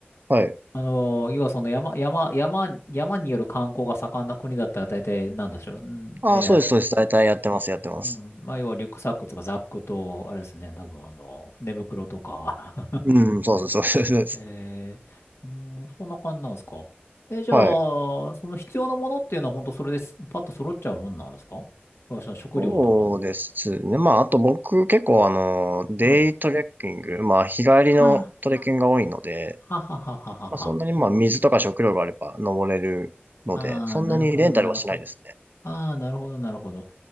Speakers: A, on the right; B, on the left.
A: はい。
B: あのー要はその山、山、山、山による観光が盛んな国だったら大体なんでしょう。んで、
A: ああ、そうです、そうです。大体やってます、やってます。
B: うん、まあ、要はリュックサックとかザックと、あれですね、多分あの、寝袋とか
A: うん、そうです、そうです、そうです。
B: えー、うーん、そんな感じなんですか。え、じゃあ、
A: はい。
B: その必要なものっていうのは本当それです、パッと揃っちゃうもんなんですかその食料とか。
A: そうですね。まあ、あと僕結構あの、デイトレッキング、
B: うん。
A: まあ、日帰りのトレッキングが多いので、
B: はあ、はははははは。
A: まあ、そんなにまあ水とか食料があれば登れるので、
B: ああ、
A: そんなにレンタルはしないですね。
B: なるほど、なるほど。ああ、なるほど、なるほど。